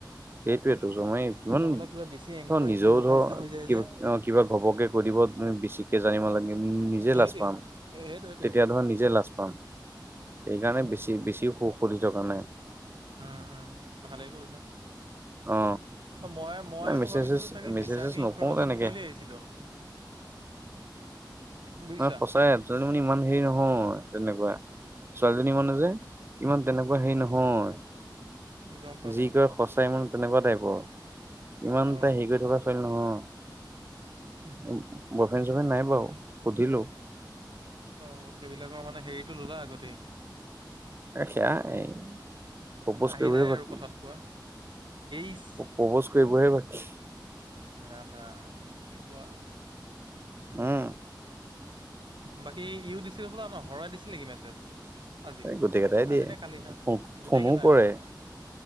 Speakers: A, on the right; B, on the right.
A: সেইটোৱেতো মই ইমান
B: নহ'লে কিবা বেছি এনকুৱাৰী
A: ধৰ নিজেও
B: কৰি থকা
A: ধৰ
B: নিচিনা হৈ যায়
A: কিবা
B: যে
A: অ'। কিবা ঘবকে কৈ দিব বেছিকে জানিব লাগে। নিজে লাজ
B: সেইটোৱে
A: পাম।
B: সেইটো সেইটোৱে
A: তেতিয়া ধৰা নিজে লাজ পাম। সেইকাৰণে, বেছি বেছিও সুখ সুধি থকা নাই।
B: উম, উম, ভালেই কৰিলা।
A: অ।
B: মই মই
A: নাই
B: আকৌ
A: মেছেজ
B: ভাবিছিলোঁ চাগে
A: মেছেজ
B: মিছাকে
A: চেছেজ নকৰো
B: ইনফৰৰ্মেশ্যন
A: তেনেকে।
B: দি চে বুলি ভাবিছিলোঁ। বুজিছা
A: মানে সচাই ছোৱালী জনী মানে ইমান হেৰি নহয় তেনেকুৱা। ছোৱালীজনী মানে যে ইমান তেনেকুৱা হেৰি নহয়।
B: গম পালোঁ
A: যি কয় সচাই মন তেনেকুৱা টাইপৰ। ইমান
B: অঁ
A: তাই হেৰি কৰি থকা ছোৱালী নহয়। বইফ্ৰেন চইফ্ৰেন নাই বাৰু সুধিলো।
B: অ' সেইবিলাকৰ মানে হেৰিতটো ললা আগতেই।
A: এচেয়া এই। প্ৰপ'জ
B: আহ
A: কৰিবহে
B: হেই যে
A: বাকী।
B: আৰু কথাত কোৱা ইচ।
A: পৰপোৰছ কৰিবহে বাকী।
B: ৰাম ৰাম কি কোৱা।
A: উম।
B: বাকী ইউ দিছিল হ'বলা ন হৰাই দিছিল নেকি মেছেজ। আজি
A: এই গোটেই কেইটাই দিয়ে।
B: আজি নে কালি ন গোটেইকেইটাই
A: ফোনো কৰে
B: অ' অ'।